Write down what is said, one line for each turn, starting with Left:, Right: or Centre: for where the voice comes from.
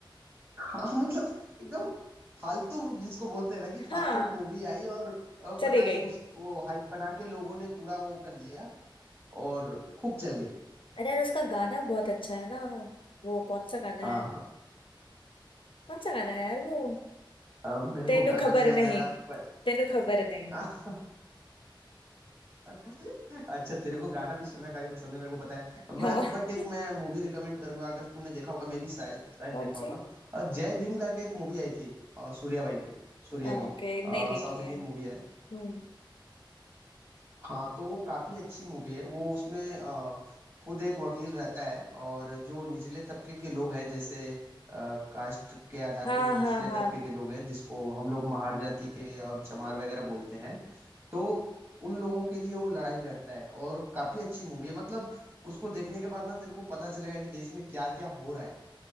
Right: हाँ <laughs> मतलब एकदम फालतू जिसको बोलते हैं ना कि फालतू
Left: हाँ
Right: मूवी आई और अ,
Left: चली
Right: पता
Left: गई
Right: नहीं उसको हाइप बना के लोगों ने पूरा वो कर दिया और खूब चल गई
Left: अरे यार उसका गाना बहुत अच्छा है ना वो कौन सा गाना
Right: हाँ
Left: है
Right: हाँ
Left: कौन सा गाना है यार वो
Right: अब मेरे
Left: तेनू
Right: को गाना
Left: खबर
Right: नहीं याद
Left: नहीं
Right: आ रहा पर
Left: तेनू खबर नहीं
Right: <laughs> अच्छा तेरे को गाना भी सुनना काफी पसंद है मेरे को पता है बट
Left: हाँ
Right: बट एक
Left: <laughs>
Right: मैं मूवी रिकमेंड करूंगा अगर तूने देखा होगा मे भी शायद शायद
Left: कौन
Right: देखा
Left: सी
Right: होगा अ, जय भीम करके एक मूवी आई थी अ, सूर्या भाई की सूर्या
Left: हाँ
Right: की
Left: ओके नहीं देखी
Right: साउथ
Left: है
Right: इंडियन मूवी है
Left: हम्म
Right: हाँ तो वो काफी अच्छी मूवी है वो उसमें अ, खुद एक वकील रहता है और जो निचले तबके के लोग हैं जैसे अ, कास्ट के आधार
Left: हाँ
Right: पे जो निचले
Left: हाँ हाँ
Right: तबके के लोग हैं जिसको हम लोग महार जाति के और चमार वगैरह बोलते हैं तो उन लोगों के लिए वो लड़ाई लड़ता है और काफी अच्छी मूवी है मतलब उसको देखने के बाद ना तेरे को पता चलेगा कि देश में क्या क्या हो रहा है